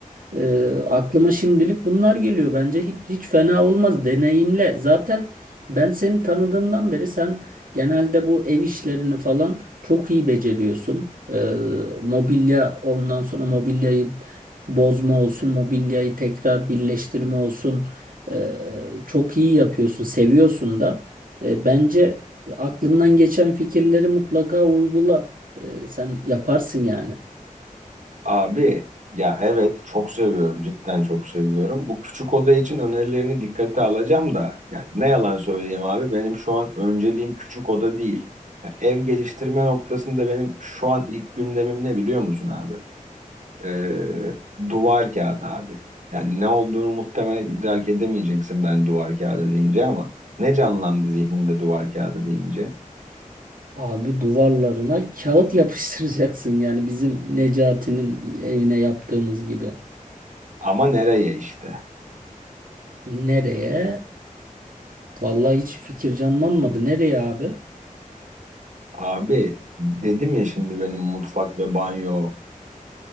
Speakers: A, on the right (about 80°); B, on the right (about 60°).
A: Ee, aklıma şimdilik bunlar geliyor. Bence hiç, hiç fena olmaz. Deneyimle. Zaten ben seni tanıdığımdan beri sen genelde bu ev işlerini falan çok iyi beceriyorsun. Ee, mobilya ondan sonra mobilyayı bozma olsun, mobilyayı tekrar birleştirme olsun. Ee, çok iyi yapıyorsun, seviyorsun da. Ee, bence aklından geçen fikirleri mutlaka uygula. Ee, sen yaparsın yani.
B: Abi ya evet çok seviyorum cidden çok seviyorum. Bu küçük oda için önerilerini dikkate alacağım da ya ne yalan söyleyeyim abi benim şu an önceliğim küçük oda değil. Ya ev geliştirme noktasında benim şu an ilk gündemim ne biliyor musun abi? Ee, duvar kağıdı abi. Yani ne olduğunu muhtemelen idrak edemeyeceksin ben duvar kağıdı deyince ama ne canlandı zihninde duvar kağıdı deyince?
A: Abi duvarlarına kağıt <laughs> yapıştıracaksın yani bizim Necati'nin evine yaptığımız gibi.
B: Ama nereye işte?
A: Nereye? Vallahi hiç fikir canlanmadı. Nereye abi?
B: Abi dedim ya şimdi benim mutfak ve banyo